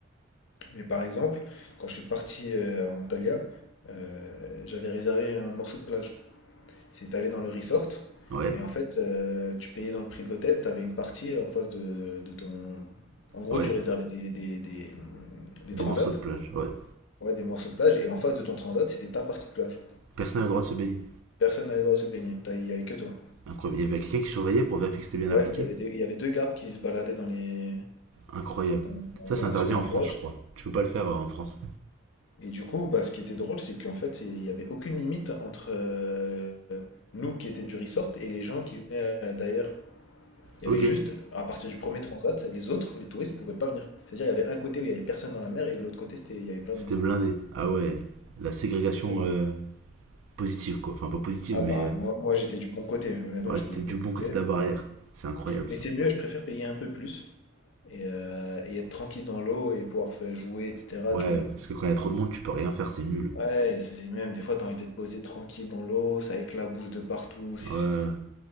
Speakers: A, on the left (about 70°); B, on the right (about 85°).
A: Mais par exemple, quand je suis parti euh, à Antalya, euh, j'avais réservé un morceau de plage. C'est allé dans le resort.
B: Ouais,
A: Et en fait, euh, tu payais dans le prix de l'hôtel, tu avais une partie en face de, de ton... En gros,
B: ouais.
A: tu réservais des, des, des, hum, des
B: Des
A: transats,
B: morceaux de plage, ouais.
A: ouais, des morceaux de plage, et en face de ton transat, c'était ta partie de plage.
B: Personne n'a le droit de se baigner.
A: Personne n'avait le droit de se baigner, t'as- il n'y avait que toi.
B: Incroyable. Il y avait quelqu'un qui surveillait pour vérifier que c'était bien
A: Ouais,
B: appliqué.
A: il y avait des- il y avait deux gardes qui se baladaient dans les...
B: Incroyable.
A: dans-
B: Ça,
A: dans-
B: c'est interdit
A: sur la
B: en
A: plage.
B: France, je crois. Tu peux pas le faire euh, en France.
A: Et du coup, bah, ce qui était drôle, c'est qu'en fait, il n'y avait aucune limite entre euh, nous qui étaient du resort et les gens qui venaient euh, d'ailleurs. Il
B: Ok.
A: y avait juste, à partir du premier transat, les autres, les touristes, pouvaient pas venir. C'est-à-dire, il y avait un côté où il y avait personne dans la mer et de l'autre côté, c'était, il y avait plein
B: C'était
A: de monde.
B: blindé. Ah ouais. La ségrégation
A: C'était assez drôle.
B: euh, positive quoi. Enfin, pas positive,
A: Ah
B: mais
A: bah,
B: euh,
A: moi, moi j'étais du bon côté, honnêtement,
B: ouais,
A: j'étais
B: t'es
A: du bon
B: du
A: côté.
B: bon côté de la barrière. C'est incroyable
A: Mais
B: ça.
A: c'est mieux, je préfère payer un peu plus et, euh, et être tranquille dans l'eau et pouvoir faire jouer, etc.,
B: Ouais,
A: tu vois.
B: parce que quand il y a trop de monde, tu peux rien faire, c'est nul.
A: Ouais, et c'est c'est même, des fois, t'as envie d'être posé tranquille dans l'eau, ça éclabousse de partout. C'est
B: Ouais,